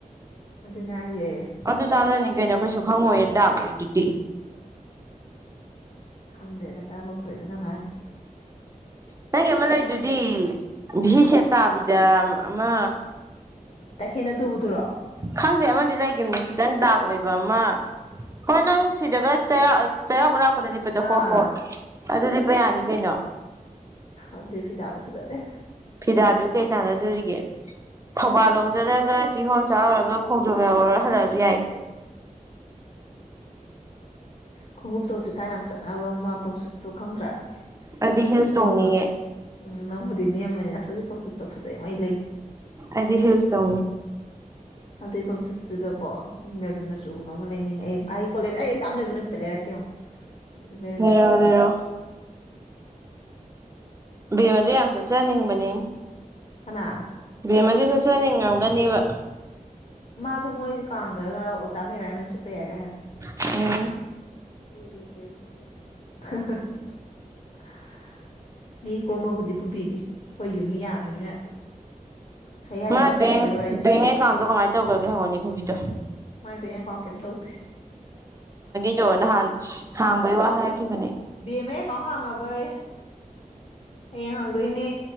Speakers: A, on the left (about 55°); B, on the right (about 20°).
A: ꯑꯗꯨꯅꯦ ꯍꯥꯏꯁꯦ
B: ꯑꯗꯨ ꯆꯥꯟꯅꯅꯤꯡ ꯀꯩꯅꯣ ꯀꯩꯁꯨ ꯈꯪꯉꯣꯏ ꯗꯕꯣꯏꯗꯤ
A: ꯈꯪꯗꯦꯗ ꯀꯔꯝꯕ ꯐꯔꯤꯅꯣꯅꯉꯥꯏꯅ
B: ꯅꯪꯒꯤ ꯑꯃ ꯂꯩꯗꯨꯗꯤ ꯚ ꯁꯦꯞ ꯇꯥꯕꯤꯗ ꯑꯃ
A: ꯇꯈꯦꯅ ꯇꯨꯕꯨꯗꯨꯔꯣꯑꯣ
B: ꯈꯪꯗꯦ ꯑꯃꯗꯤ ꯂꯩꯒꯤꯝꯅꯤ ꯈꯤꯇꯪ ꯗꯥꯛ ꯑꯣꯏꯕ ꯑꯃ ꯍꯣꯏ ꯅꯪ ꯁꯤꯗꯒ ꯆꯩꯔꯥꯎꯕ ꯂꯗ ꯂꯤꯞꯄꯗꯣ
A: ꯑꯥ
B: ꯍꯣ ꯍꯣꯏ ꯑꯗꯨ ꯂꯤꯞꯄ ꯌꯥꯅꯤ ꯀꯩꯅꯣ
A: ꯑ ꯗꯦꯕꯤꯤꯗꯥꯥꯗ ꯐꯖꯥꯗꯦ
B: ꯐꯤꯗꯥꯗꯨ ꯀꯩ ꯆꯥꯟꯅꯗꯣꯔꯤꯒꯦ ꯊꯧꯕꯥꯜ ꯂꯣꯝ ꯆꯠꯂꯒ ꯀꯤꯍꯣꯝ ꯆꯥꯎꯔꯒ ꯈꯣꯡꯖꯣꯝ ꯌꯥꯎꯔꯨꯔ ꯍꯜꯂꯛꯑꯁꯨ ꯌꯥꯏ
A: ꯈꯣꯡꯎꯞꯇꯧꯁꯤ ꯀꯥꯏꯅ ꯌꯥꯝ ꯆꯠꯅꯕ ꯑꯃ ꯄꯝꯆꯁꯇꯣ ꯈꯪꯗ꯭ꯔꯥ
B: ꯑꯩꯗꯤ ꯍꯤꯜꯁ
A: ꯑꯗꯨꯣ
B: ꯇꯣꯡꯅꯤꯌꯦ
A: ꯎꯝ ꯅꯪꯕꯨꯗꯤ ꯅꯦꯝꯕꯅꯤꯅ ꯁꯖꯤꯛ ꯄꯣꯝꯆꯁꯇꯣ ꯐꯖꯩ ꯃꯩ
B: ꯑꯗꯤ ꯍꯦꯜ ꯇ
A: ꯑꯗꯩ ꯄꯝꯁꯨꯁꯇꯨꯗꯀꯣ ꯃꯦꯔꯨꯟ ꯃꯆꯨꯒꯨꯝꯕ ꯑꯃ ꯂꯩꯅꯤꯡꯉꯦ ꯑꯩ ꯀꯣꯂꯦꯖ ꯑꯩ ꯑꯦꯛꯖꯥꯝ ꯂꯩꯕ ꯅꯨꯃꯤ ꯂꯔ ꯀ ꯃꯦꯔꯅ
B: ꯂꯩꯔꯣ
A: ꯃꯥꯁꯨꯈꯣ
B: ꯂꯩꯔꯣ ꯚꯦꯝ ꯑꯗꯨ ꯌꯥꯝ ꯆꯠꯆꯅꯤꯡꯕꯅꯤ
A: ꯀꯅꯥ
B: ꯚꯦꯝ ꯑꯗꯨ ꯆꯠ ꯆꯅꯤꯡꯉꯝꯒꯅꯦꯕ
A: ꯃꯥꯗꯣ ꯃꯣꯏꯗꯤ ꯀꯥꯡꯗꯒ ꯑꯣꯖꯥ ꯃꯦꯔꯥꯃꯌꯝ ꯆꯠꯄ ꯌꯥꯏꯒꯦ
B: ꯎꯝ
A: <inaudible> ꯃꯤ ꯀꯣꯝꯃꯕꯨꯗꯤ ꯄꯨꯕꯤꯒꯦ ꯑꯩꯈꯣꯏ ꯌꯨꯝ ꯌꯥꯝꯕꯅꯤꯅ ꯍꯌꯥꯏꯒ
B: ꯃꯥ
A: ꯆꯠꯀꯗꯕꯩ
B: ꯕꯦꯡ
A: ꯋꯥꯔꯤꯅꯤ
B: ꯕꯦꯡ ꯑꯦꯀꯥꯎꯟꯗꯣ ꯀꯃꯥꯏꯅ ꯇꯧꯈ꯭ꯔꯒꯦ ꯍꯪꯉꯣꯅꯤ ꯈꯨꯣꯕꯤꯗꯣ
A: ꯃꯥꯥꯏꯕ ꯌꯥ ꯀ ꯀꯝ ꯇꯧꯦ
B: ꯗꯣ ꯅꯍꯥꯟ ꯍꯥꯡꯕꯩꯣ ꯋꯥ ꯍꯥꯏꯔꯛꯈꯤꯕꯅꯦ
A: ꯕꯤꯦꯝ ꯃꯀꯥꯎ ꯍꯥꯡꯉꯕꯣꯏ ꯍꯌꯦꯡ ꯍꯥꯡꯗꯣꯏꯅꯦ